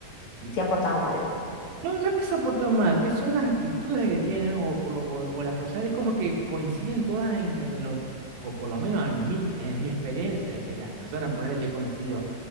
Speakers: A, on the right; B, on the left.
A: mm,
B: Se han portado mal.
A: no, no es que se portan mal, es- son las actitudes que tienen o, por lo- o, o las personas, es como que coinciden todas en, en lo, o por lo menos en mi, en mi experiencia, que las personas, ponerle que he conocido